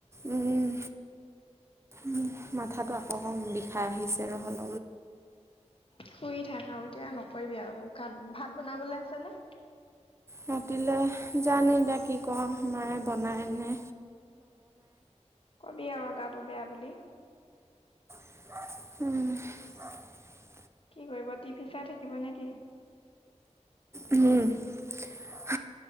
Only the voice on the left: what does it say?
শুই থাক আৰু এতিয়া ন কৰিবি আৰু। কাত ভাত বনাবলে আছে নে?
কবি আৰু গাটো বেয়া বুলি।
কি কৰিব টিভি চাই থাকিব নে কি?